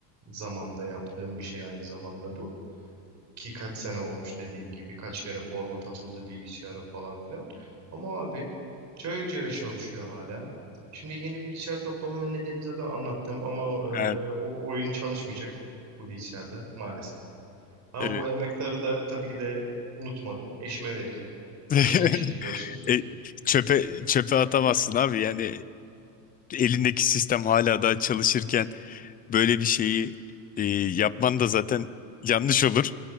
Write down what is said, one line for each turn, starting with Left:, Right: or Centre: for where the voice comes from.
Right: zamanda yaptığım bir şey aynı zamanda bu ki kaç sene olmuş dediğim gibi kaç kere format atıldı bilgisayara falan filan. Ama abi cayır cayır çalışıyor hala. Şimdi yeni bilgisayar toplamamın nedeni zaten anlattım ama e,
Left: Evet,
Right: o oyun çalışmayacak bu bilgisayarda maalesef. Ama
Left: evet.
Right: bu emektarı da tabii ki de unutmadım. Eşime vereceğim.
Left: <laughs>
Right: Eşimin işini görsün.
Left: E, çöpe çöpe atamazsın abi yani e, elindeki sistem hala daha çalışırken böyle bir şeyi e, yapman da zaten yanlış olur.